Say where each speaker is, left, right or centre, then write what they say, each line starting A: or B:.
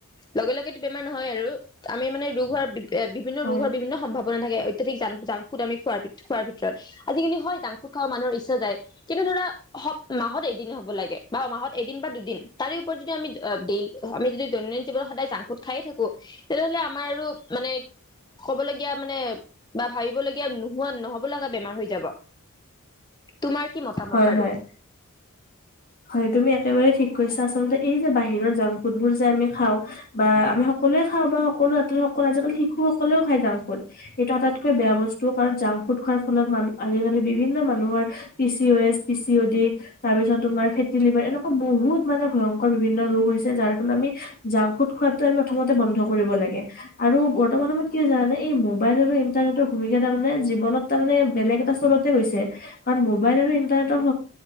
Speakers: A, on the left; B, on the left.
A: লগে লগেতো বেমাৰ নহয় আৰু আমি মানে ৰোগ হোৱাৰ বিভিন্ন
B: হয়
A: ৰোগ হোৱাৰ বিভিন্ন সম্ভাৱনা থাকে অত্যাধিক জাংকফুড আমি খোৱাৰ ভিতৰত আজিকিনি হয় জাং ফুড মানুহৰ ইচ্ছা যায় কিন্তু ধৰা মাহত এদিনে হ'ব লাগে বা মাহত এদিন বা দুদিন তাৰে ওপৰত যদি আমি দেই আমি যদি দৈনন্দিন জীৱনত সদায় জাংক ফুড খাইয়ে থাকো তেনেহ'লে আমাৰ আৰু মানে ক'বলগীয়া মানে বা ভাবিবলগীয়া নোহোৱা নহ'ব লগা বেমাৰ হৈ যাব তোমাৰ কি মতামত
B: হয়
A: বাৰু।
B: হয় হয় তুমি একেবাৰে ঠিক কৈছা আচলতে এই যে বাহিৰৰ জাং ফুডবোৰ যে আমি খাওঁ বা আমি সকলোৱে খাওঁ বা সকলো <unintelligible> সকলো আজালি শিশুসকলেও খায় জাংক ফুড, এইটো আটাইতকৈ বেয়া বস্তু কাৰণ জাং ফুত খোৱাৰ ফলত মান আজিকালি বিভিন্ন মানুহৰ P C O S পিচিও D তাৰ পিছত, তোমাৰ ফেটি লিভাৰ এনেকুৱা বহুত মানে ভয়ংকৰ বিভিন্ন ৰোগ হৈছে। যাৰ ফলত আমি জাংক ফুড খোৱাতো আমি প্ৰথমতে বন্ধ কৰিব লাগে। আৰু বৰ্তমান সময়ত কি জানে এই মোবাইল আৰু ইন্টাৰনেটৰ ভুমিকা তাৰানে জীৱনত তাৰামানে বেলেগ। বেলেগ এটাতে চলতে গৈছে। কাৰণ মোবাইল আৰু ইন্টাৰনেটৰহ